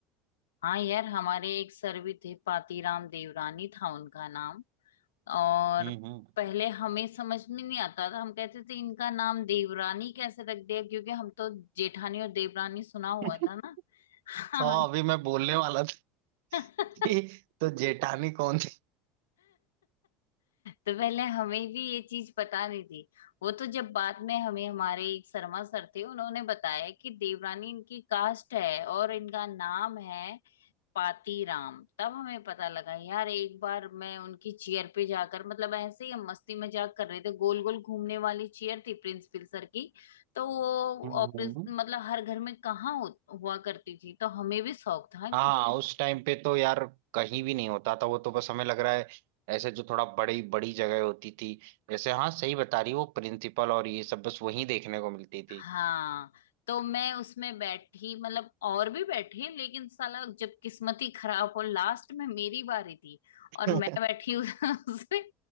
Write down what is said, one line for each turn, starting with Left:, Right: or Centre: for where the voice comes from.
Left: हाँ यार हमारे एक सर भी थे पातीराम देवरानी था उनका नाम और
Right: हम्म हम्म
Left: पहले हमें समझ में नहीं आता था हम कहते थे इनका नाम देवरानी कैसे रख दिया क्योंकि हम तो जेठानी और देवरानी सुना हुआ
Right: <laughs>
Left: था ना हाँ
Right: हाँ अभी मैं बोलने वाला था
Left: <laughs>
Right: कि तो जेठानी कौन थी
Left: तो पहले हमें भी ये चीज पता नहीं थी वो तो जब बाद में हमें हमारे एक शर्मा सर थे उन्होंने बताया कि देवरानी इनकी कास्ट है और इनका नाम है पातीराम तब हमें पता लगा यार एक बार मैं उनकी चेयर पे जाकर मतलब ऐसे ही हम मस्ती मजाक कर रहे थे गोल गोल घूमने वाली चेयर थी प्रिंसिपल सर की तो वो
Right: हम्म,
Left: ऑफिस
Right: हम्म।
Left: मतलब हर घर में कहाँ हो, हुआ करती थी तो हमें भी शौक था
Right: हाँ
Left: कि "हाँ,
Right: उस टाइम पे तो यार कहीं भी नहीं होता था वो तो बस हमें लग रहा है ऐसे जो थोड़ा बड़ी बड़ी जगह होती थी जैसे हाँ सही बता रही वो प्रिंसिपल और ये सब बस वहीं देखने को मिलती थी
Left: हाँ तो मैं उसमें बैठी मतलब और भी बैठे लेकिन साला जब किस्मत ही खराब हो लास्ट में मेरी बारी थी
Right: <laughs>
Left: और मैं बैठी उस- <laughs> उसमें